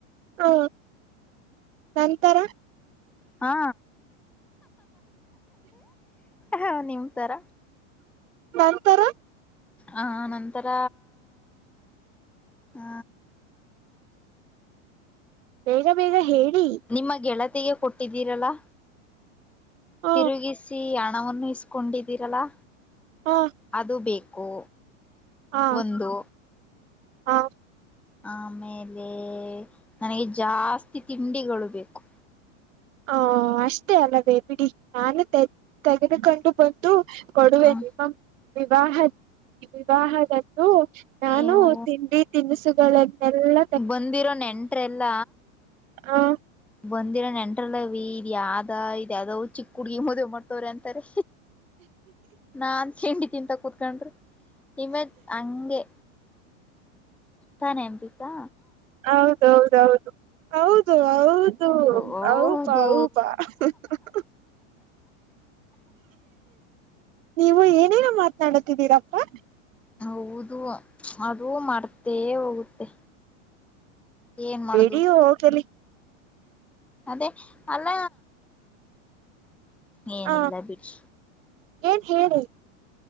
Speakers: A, on the right; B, in the centre.
A: ಹಾ ನಂತರ
B: ಹ ಹಾ ನಿಮ್ಮ ತರ
A: ನಂತರ
B: ಆ ನಂತರ ಹ
A: ಬೇಗ ಬೇಗ ಹೇಳಿ
B: ನಿಮ್ಮ ಗೆಳತಿಗೆ ಕೊಟ್ಟಿದ್ದೀರಲ್ಲಾ.
A: ಹ
B: ತಿರುಗಿಸಿ ಹಣವನ್ನು ಇಸ್ಕೊಂಡಿದ್ದೀರಲ್ಲಾ.
A: ಹ
B: ಅದು ಬೇಕು
A: ಹಾ
B: ಒಂದು
A: ಹ
B: ಆಮೇಲೆ ನನಗೆ ಜಾಸ್ತಿ ತಿಂಡಿಗಳು ಬೇಕು
A: ಹ ಅಷ್ಟೇ ಅಲ್ಲವೇ ಬಿಡಿ ನಾನು ತ ತೆಗೆದುಕೊಂಡು ಬಂದು ಕೊಡುವೇನೆ
B: ಹ್ಮ
A: ಮ <unintelligible> ವಿವಾಹ ವಿವಾಹದತ್ತು ನಾನು
B: ಇವು
A: ತಿಂಡಿ ತಿನಿಸುಗಳನ್ನೆಲ್ಲ
B: ಬಂದಿರೋ ನೆಂಟ್ರ ಎಲ್ಲ
A: ಆ
B: ಬಂದಿರ ನೆಂಟ್ರಲ್ಲೀ ವಿ ಇದ್ ಯಾವ್ದ ಇದ ಯಾವಾವ್ ಚಿಕ್ಕ ಹುಡ್ಗಿ ಮದುವೆ ಮಾಡ್ತವ್ರ ಅಂತಾರೆ ನಾನ್ ತಿಂಡಿ ತಿಂತ ಕುತ್ಕೊಂಡ್ರಿ ನಿಮ್ಮದ ಹಂಗೆ ತಾನೆ ಅಂಬಿಕಾ
A: ಹೌದೌದೌದು ಹೌದು ಹೌದು
B: ಹೌದು
A: ಹ ಹೌಪಾ ಹೌಪಾ <unintelligible> <unintelligible> ನೀವು ಏನೇನ ಮಾತನಾಡತಿದ್ದೀರಪ್ಪಾ?
B: ಹೌದು ಅದು ಮರ್ತೆ ಹೋಗುತ್ತೆ ಏನ್ ಮಾಡುದು
A: ಎಡಿಯ ಹೋಗಲಿ
B: ಅದೇ ಅಲ್ಲ ಏನಿಲ್ಲ
A: ಹ
B: ಬಿಡಿ
A: ಏನ್ ಹೇಳಿ